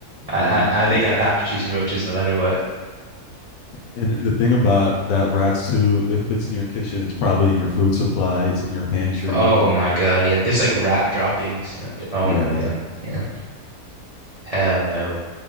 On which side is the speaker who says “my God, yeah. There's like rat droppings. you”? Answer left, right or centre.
Right